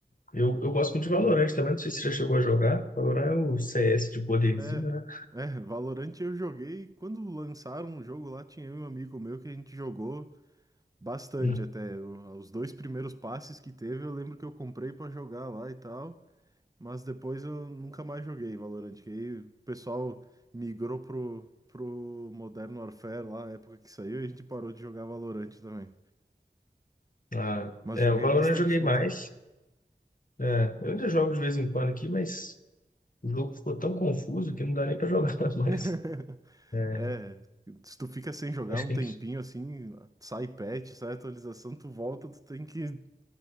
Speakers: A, on the left (about 50°); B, on the right (about 20°).
A: Eu, eu gosto muito de Valorant também, não sei se você já chegou a jogar. Valorant é o CS de poderzinho,
B: É.
A: né?
B: É, Valorant eu joguei. Quando lançaram o jogo lá, tinha eu e um amigo meu que a gente jogou. Bastante
A: Hum.
B: até. O- Os dois primeiros passes que teve, eu lembro que eu comprei pra jogar lá e tal, mas depois eu nunca mais joguei Valorant, que aí o pessoal migrou pro, pro Modern Warfare lá, na época que saiu, e a gente parou de jogar Valorant também.
A: Ah,
B: Mas
A: é,
B: joguei
A: o Valorant
B: bastantinho
A: eu joguei mais.
B: até.
A: É, eu ainda jogo de vez em quando aqui, mas o jogo ficou tão confuso que não dá nem pra jogar <laughs> mais.
B: <laughs>
A: É,
B: É, se tu fica sem jogar
A: acho
B: um
A: que
B: tempinho
A: tem que...
B: assim, sai patch, sai atualização, tu volta, tu tem que